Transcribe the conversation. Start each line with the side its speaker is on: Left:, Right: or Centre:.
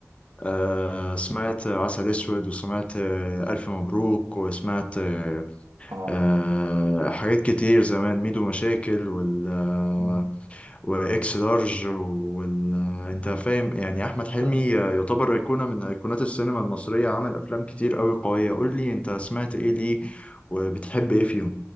Left: آه، سمعت عسل اسود وسمعت آه، الف مبروك وسمعت آه،
Right: اه
Left: آه، حاجات كتير زمان ميدو مشاكل وال آه،
Right: مم.
Left: واكس لارج وال آه، انت فاهم يعني احمد حلمي
Right: طب
Left: آه، يعتبر ايقونه من ايقونات السينما المصريه عمل افلام كتير قوي قويه قول لي انت سمعت ايه ليه وبتحب ايه فيهم